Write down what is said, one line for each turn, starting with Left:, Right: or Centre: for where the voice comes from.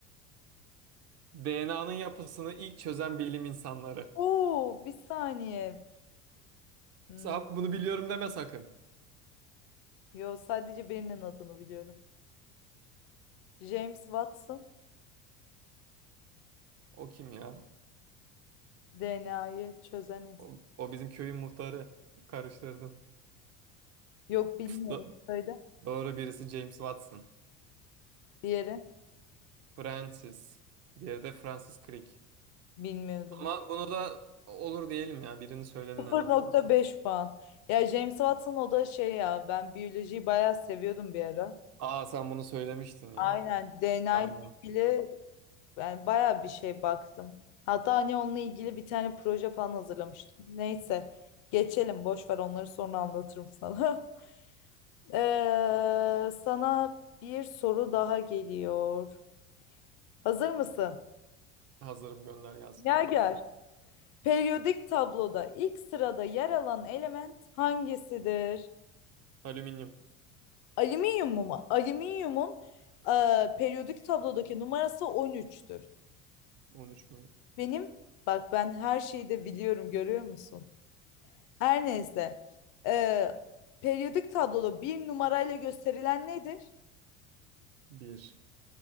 Right: DNA'nın yapısını ilk çözen bilim insanları.
Left: Oo, bir saniye. Hmm,
Right: Sen bunu biliyorum deme sakın.
Left: yo sadece birinin adını biliyorum. James Watson
Right: O kim ya?
Left: DNA'yı çözen insan.
Right: O, o bizim köyün muhtarı. Karıştırdım.
Left: Yok bilmiyorum.
Right: Do-
Left: Söyle.
Right: doğru birisi James Watson.
Left: Diğeri
Right: Francis. Diğeri de Francis Crick.
Left: bilmiyordum.
Right: Ama bunu da olur diyelim ya. Birini söyledin
Left: 0.5
Right: en azından.
Left: puan. Ya James Watson o da şey ya ben biyolojiyi bayağı seviyordum bir ara.
Right: Aa sen bunu söylemiştin ya.
Left: Aynen DNA
Right: Ben
Left: ile
Right: unuttum
Left: ilgili
Right: bak.
Left: yani bayağı bir şey baktım. Hatta hani onunla ilgili bir tane proje falan hazırlamıştım. Neyse geçelim boş ver onları sonra anlatırım sana. <laughs> Ee, sana bir soru daha geliyor. Hazır mısın?
Right: Hazırım gönder gelsin
Left: Gerger.
Right: bakalım.
Left: Periyodik tabloda ilk sırada yer alan element hangisidir?
Right: Alüminyum.
Left: Alüminyum mu? Alüminyumun e, periyodik tablodaki numarası 13'tür.
Right: 13 mü?
Left: Benim, bak ben her şeyi de biliyorum görüyor musun? Her neyse. Ee, periyodik tabloda bir numarayla gösterilen nedir?
Right: 1.